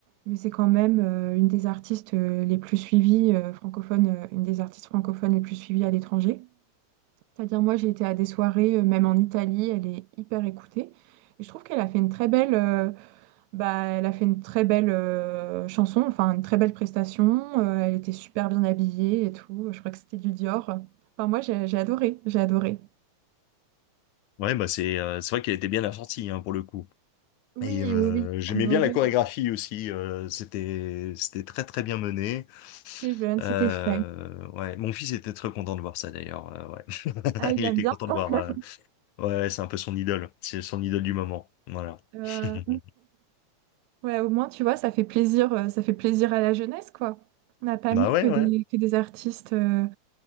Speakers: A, on the right; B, on the left.
A: Mais c'est quand même euh, une des artistes euh, les plus suivies euh, francophones, euh, une des artistes francophones les plus suivies à l'étranger. C'est-à-dire, moi, j'ai été à des soirées, euh, même en Italie, elle est hyper écoutée. Et je trouve qu'elle a fait une très belle, euh, bah, elle a fait une très belle euh, chanson, enfin une très belle prestation. euh, elle était super bien habillée et tout. Je crois que c'était du Dior. Enfin, moi, j'ai j'ai adoré, j'ai adoré.
B: Ouais, bah c'est euh, c'est vrai qu'elle était bien assortie hein, pour le coup.
A: Oui,
B: Et euh,
A: oui, oui,
B: j'aimais
A: adoré.
B: bien la chorégraphie aussi. euh, c'était c'était très très bien mené.
A: C'était jeune,
B: Euh,
A: c'était frais.
B: ouais, mon fils était très content de voir ça d'ailleurs. euh, ouais,
A: Ah, il
B: <laughs> il
A: aime
B: était
A: bien.
B: content
A: <laughs>
B: de voir. euh, ouais, c'est un peu son idole. C'est son idole du moment. Voilà.
A: Euh,
B: <laughs>
A: Ouais, au moins, tu vois, ça fait plaisir, euh, ça fait plaisir à la jeunesse, quoi. On n'a pas
B: Bah
A: mis
B: ouais,
A: que des,
B: ouais,
A: que des artistes euh,